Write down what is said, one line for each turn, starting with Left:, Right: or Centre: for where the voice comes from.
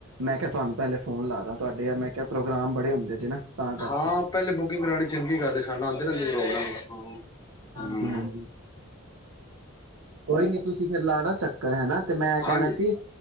Right: ਮੈਂ ਕਿਹਾ ਤੁਹਾਨੂੰ ਪਹਿਲੇ ਫੋਨ ਲਾ ਦਾ ਤੁਹਾਡੇ ਆ ਮੈਂ ਕਿਹਾ ਪ੍ਰੋ ਪ੍ਰੋਗਰਾਮ ਬੜੇ ਹੁੰਦੇ ਜੇ ਨਾ। ਤਾਂ ਕਰਕੇ।
Left: ਹਾਂ ਪਹਿਲੇ ਬੁਕਿੰਗ ਕਰਾਣੀ ਚੰਗੀ ਗੱਲ ਐ ਸਾਨੂੰ ਆਂਦੇ ਰਹਿੰਦੇ ਨੇ ਪ੍ਰੋਗਰਾਮ।
Right: ਹਾਂਜੀ-ਹਾਂਜੀ
Left: ਹਮ
Right: ਕੋਈ ਨੀ। ਤੁਸੀਂ ਫੇਰ ਲਾਣਾ ਚੱਕਰ ਹੈ ਨਾ। ਤੇ ਮੈਂ ਕਹਿਣਾ
Left: ਹਾਂਜੀ
Right: ਸੀ